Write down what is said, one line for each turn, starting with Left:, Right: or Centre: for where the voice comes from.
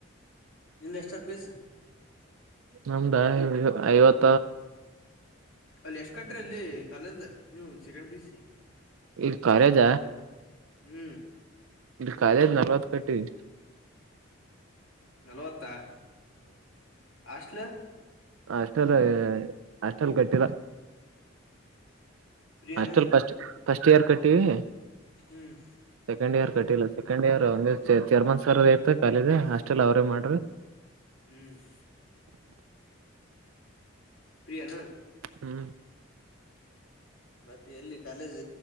Left: ನಿಂದ ಎಷ್ಟು ಪೀಸ್
Right: ನಮ್ದ ಐವತ್ತು
Left: ಅಲ್ಲಿ ಎಷ್ಟ ಕಟ್ಟ್ರಿ ಅಲ್ಲಿ ಕಾಲೇಜ ನೀವು ಸೆಕೆಂಡ್ ಪೀಯುಸಿ
Right: ಇಲ್ ಕಾಲೇಜ
Left: ಹ್ಮ್.
Right: ಇದು ಕಾಲೇಜ್ ನಲ್ವತ್ ಕಟ್ಟಿವಿ.
Left: ನಲವತ್ತ ಹಾಷ್ಟಲ್.
Right: ಹಾಷ್ಟೆಲ್ಲ್ ಹಾಷ್ಟೆಲ್ಲ್ ಕಟ್ಟಿಲ್ಲ.
Left: ಫ್ರೀ
Right: ಹಾಸ್ಟೆಲ್
Left: ಏನ
Right: ಪಸ್ಟ್ ಫಸ್ಟ್ ಇಯರ್ ಕಟ್ಟಿವಿ.
Left: ಹ್ಮ್
Right: ಸೆಕೆಂಡ್ ಇಯರ್ ಕಟ್ಟಿಲ್ಲ ಸೆಕಂಡ್ ಇಯರ್ ಒಂದ ಚೆ ಚೇರ್ಮನ್ ಸರ್ದಾಯ್ತ ಕಾಲೇಜ ಹಸ್ಟೆಲ್ ಅವ್ರೇ ಮಾಡಿದ್ರ.
Left: ಹ್ಮ್ ಪ್ರೀಯನ.
Right: ಹ್ಞೂ
Left: ಮತ್ತೆ ಎಲ್ಲಿ ಕಾಲೇಜ್